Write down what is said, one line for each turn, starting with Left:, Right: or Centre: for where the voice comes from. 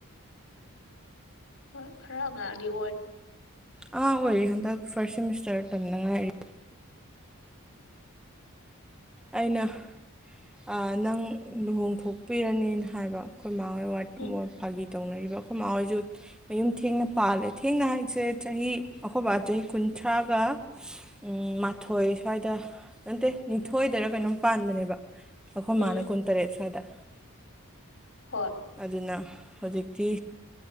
Left: <unintelligible>
Centre: ꯑꯉꯥꯡ ꯑꯣꯏꯔꯦ ꯍꯟꯗꯛ ꯐꯥꯔꯁ ꯁꯦꯃꯤꯁꯇꯔ ꯇꯝꯗ ꯉꯥꯏꯔꯤ ꯑꯩꯅ ꯑ ꯅꯪ ꯂꯨꯍꯣꯡꯊꯣꯛꯄꯤꯔꯅꯤ ꯍꯥꯏꯕ ꯑꯩꯈꯣꯏ ꯃꯥꯥꯍꯣꯏ
Left: ꯎꯝ
Centre: ꯐꯥꯒꯤ ꯇꯧꯅꯔꯤꯕ ꯑꯩꯈꯣꯏ ꯃꯥꯥꯍꯣꯏꯁꯨ ꯃꯌꯨꯝ ꯊꯦꯡꯅ ꯄꯥꯜꯂꯦ ꯊꯦꯡꯅ ꯍꯥꯏꯁꯦ ꯆꯍꯤ ꯑꯍꯕ ꯆꯍꯤ ꯀꯨꯟꯊ꯭ꯔꯥꯒ ꯎ ꯃꯥꯊꯣꯏ ꯁ꯭ꯋꯥꯏꯗ ꯅꯠꯇꯦ ꯅꯤꯊꯣ ꯊꯣꯏꯗꯔ ꯀꯩꯅꯣꯝ ꯄꯥꯟꯕꯅꯦꯕ ꯑꯩꯈꯣꯏ
Left: ꯎꯝ
Centre: ꯃꯥꯅ ꯀꯨꯟꯇꯔꯦꯠ ꯁ꯭ꯋꯥꯏꯗ
Left: ꯍꯣꯏ
Centre: ꯑꯗꯨꯅ ꯍꯧꯖꯤꯛꯇꯤ